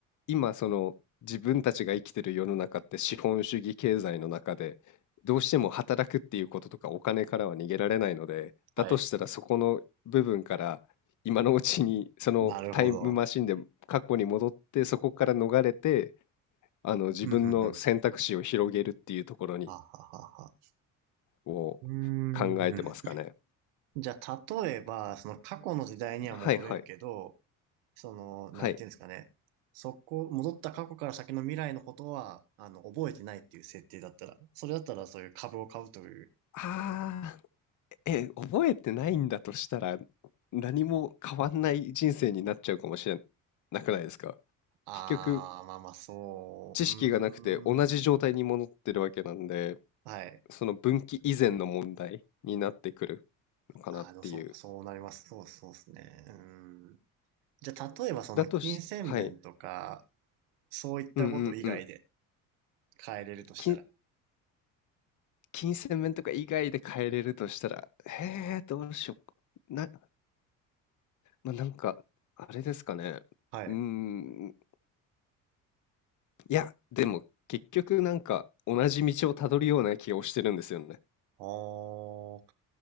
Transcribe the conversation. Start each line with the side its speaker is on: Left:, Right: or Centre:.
Left: 今その自分たちが生きてる世の中って資本主義経済の中でどうしても働くっていうこととかお金からは逃げられないので、
Right: はい。
Left: だとしたらそこの部分から今のうちにそのタイムマシンで過去に戻ってそこから逃れて
Right: なるほど。
Left: あの自分の選択肢を広げるっていうところに
Right: うんうんうん。はははは。
Left: を
Right: うー
Left: 考えてますかね。
Right: ん。じゃあ、例えば、その過去の時代には戻れるけど、
Left: はいはい
Right: その、なんていうんですかね。
Left: はい。
Right: そこ、戻った過去から先の未来のことは、あの、覚えてないっていう設定だったら、それだったらそういう株を買うという。
Left: ああ。え、覚えてないんだとしたら、何も変わんない人生になっちゃうかもしれなくないですか
Right: あー、
Left: 結局、
Right: まあまあ、そう、
Left: 知識がなくて同じ状態に戻ってるわけなんで、
Right: うーん。はい。
Left: その分岐以前の問題になってくるのかなっていう。
Right: あー、でもそうか、そうなります。そうそうですね。うーじゃあ、例えばその金銭面とか、
Left: だとしはい。
Right: そういったこと以外で
Left: うんうんうん。
Right: 変えれるとしたら。
Left: 金、金銭面とか以外で変えれるとしたら、へえ、どうしよう。な、まあ、なんか、あれですかね。
Right: はい。
Left: うーん、いや、でも結局なんか同じ道をたどるような気をしてるんですよね。
Right: あー、